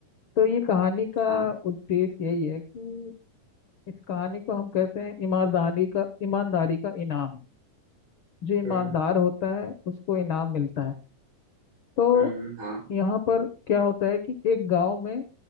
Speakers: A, on the left; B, on the right.
A: तो ये कहानी का
B: हाँ
A: उद्देश्य यही है कि इस कहानी को हम कहते हैं ईमानदारी का ईमानदारी का इनाम जो ईमानदार
B: हम्म हम्म
A: होता है उसको इनाम मिलता है तो
B: हम्म हम्म, हाँ
A: यहाँ पर क्या होता है कि एक गांव में